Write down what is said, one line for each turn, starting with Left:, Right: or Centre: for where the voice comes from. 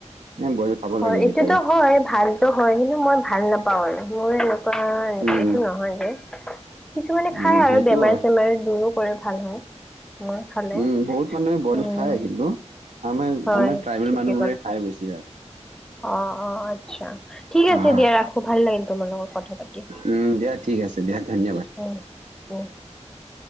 Right: বইল খাব
Centre: হয়
Right: লাগে
Centre: এইটোতো
Right: কেতিয়াবা।
Centre: হয় ভালতো হয় কিন্তু মই ভাল নাপাও আৰু মোৰ।
Right: উম,
Centre: এইটো নহয় যে। কিছুমানে
Right: উম,
Centre: খাই আৰু
Right: সেইটো
Centre: বেমাৰ
Right: হয়।
Centre: চেমাৰ দূৰো কৰে ভাল হয়। মই খালে
Right: উম বহুত মানুহে বইল
Centre: উম
Right: খায় কিন্তু। আমাৰ
Centre: হয়
Right: আমাৰ ট্ৰাইবেল
Centre: ঠিকেই
Right: মানুহবোৰে
Centre: ক'ল
Right: খাই বেছিভাগ।
Centre: অ' অ' আচ্ছা। ঠিক আছে
Right: আহ,
Centre: দিয়া ৰাখো ভাল লাগিল তোমাৰ লগত কথা পাতি।
Right: উম, দিয়া ঠিক আছে দিয়া ধন্যবাদ।
Centre: <inaudible>